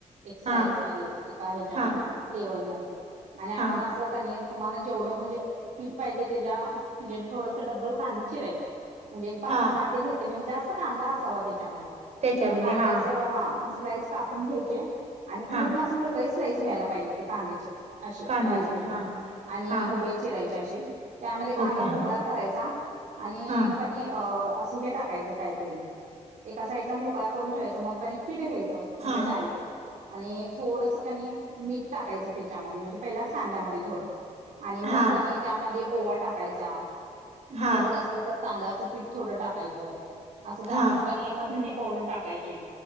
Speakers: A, on the right; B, on the right.
A: एक स्लाईस
B: हा
A: मध्ये एका ह्याच्यामध्ये
B: हा
A: लेवलमध्ये आणि आपण
B: हा
A: असं कनय तुम्हाला जेवढं म्हणजे पीठ पाहिजे त्याच्या म्हणजे थोडस डब्बल कांदे चिरायचें म्हणजे एक पाच
B: हा
A: सहा कांदे घेतले म्हणजे जास्त कांदा असावा त्याच्यामध्ये
B: त्याच्यामध्ये
A: म कांद्या
B: हा
A: असं हा स्लाईस कापून घ्यायचे आणि पूर्ण
B: हा
A: असं मोकळे स्लाईस व्हायला पाहिजेत ते कांद्याचे असे
B: कांद्याचे
A: बारीक मध्ये
B: हा
A: आणि
B: हा
A: हुबे चिराय यचे असे त्यामध्ये कांदा
B: ओके
A: मोकळा
B: हा
A: करायचा आणि
B: हा
A: कनी अ असं हे टाकायचं काय ते एका साइटला मोकळा करून ठेवायचं मग आणि पीठ घ्याय चं आपल्या
B: हा
A: डाळीच आणि थोडसं कनी मीठ टाकायचं त्याच्यामध्ये म्हणजे पहिल्याच कांद्यामध्ये थोडं आणि मग
B: हा
A: कनी त्यामध्ये ओवा टाकायचा
B: हा
A: परत असलं तर तांदाळाचं पीठ थोडं टाकायचं असं टाकून
B: हा
A: कनी मग धणे पावडर टाकायची.